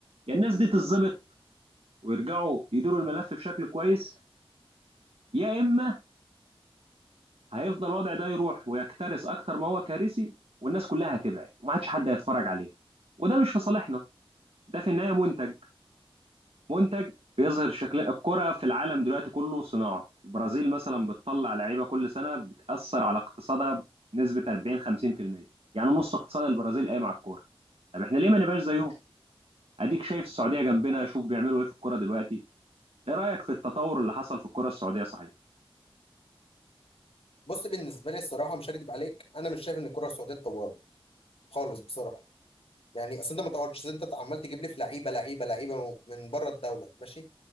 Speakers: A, on the right; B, on the left.
A: يا الناس دي تتظبط ويرجعوا يديروا الملف بشكل كويس يا اما هيفضل الوضع ده يروح ويكترث اكتر ما هو كارثي والناس كلها هتبعد وما عادش حد هيتفرج عليها وده مش في صالحنا ده في النهايه منتج منتج بيظهر شكل الكرة في العالم دلوقتي كله صناعة البرازيل مثلا بتطلع لعيبة كل سنة بتأثر على اقتصادها بنسبة 40 50% يعني نص اقتصاد البرازيل قايم على الكورة طب احنا ليه ما نبقاش زيهم اديك شايف السعودية جنبنا شوف بيعملوا ايه في الكورة دلوقتي ايه رأيك في التطور اللي حصل في الكورة السعودية صحيح
B: بص بالنسبه لي الصراحه مش هكدب عليك انا مش شايف ان الكره السعوديه اتطورت خالص بصراحه يعني اصل انت ما طورتش انت عمال تجيب لي في لعيبه لعيبه لعيبه من بره الدوله ماشي